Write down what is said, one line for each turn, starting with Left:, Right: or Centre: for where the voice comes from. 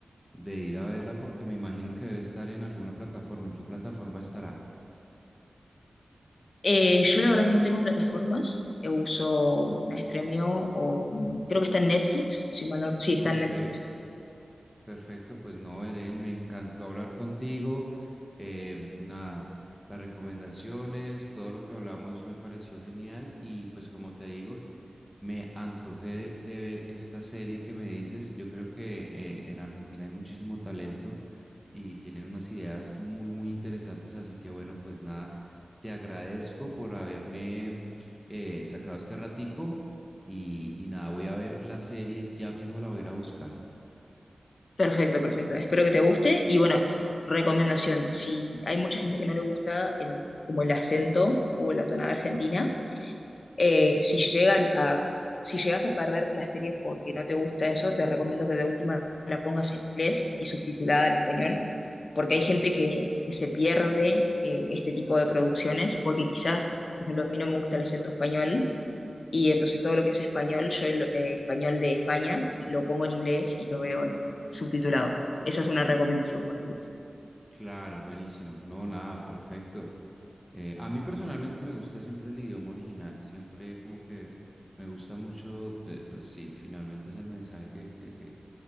Centre: de ir a verla porque me imagino que debe estar en alguna plataforma. ¿En qué plataforma estará?
Left: Eh, yo la verdad que no tengo plataformas, yo uso la Stremio o creo que está en Netflix, si mal no- sí, está
Centre: Ok,
Left: en Netflix.
Centre: perfecto. Pues no, Belén, me encantó hablar contigo. Eh, nada, las recomendaciones, todo lo que hablamos me pareció genial y pues como te digo, me antojé de, de ver esta serie que me dices. Yo creo que eh, en Argentina hay muchísimo talento. y tienen unas ideas muy, muy interesantes. Así que bueno, pues nada, te agradezco por haberme eh, sacado este ratico y, y nada, voy a ver la serie, ya mismo la voy a ir a buscar.
Left: Perfecto, perfecto. Espero que te guste y bueno, recomendación, si hay mucha gente que no le gusta el, como el acento o la tonada argentina, Eh, si llegan a, si llegas a perder la serie porque no te gusta eso, te recomiendo que de última la pongas en inglés y subtitulada al español, porque hay gente que, que se pierde eh, este tipo de producciones, porque quizás, por ejemplo, a mí no me gusta el acento español, y entonces todo lo que es español, yo el eh, español de España, lo pongo en inglés y lo veo en- subtitulado. Esa es una recomendación para vos.
Centre: Claro, buenísimo. No, nada, perfecto. Eh, a mí personalmente me gusta siempre el idioma original, siempre como que me gusta mucho, eh, pues sí, finalmente es el mensaje que, que, que,